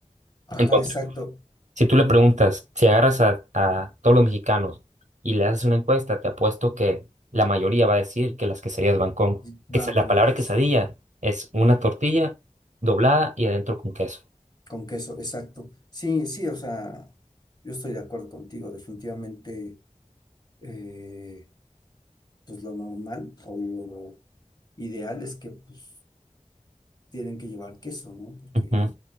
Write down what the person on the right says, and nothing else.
Entonces,
si tú le preguntas, si agarras a, a todos los mexicanos y le haces una encuesta, te apuesto que la mayoría va a decir que las quesadillas van con,
que se- la
palabra
quesadilla es una tortilla doblada y adentro con queso.
Ujú.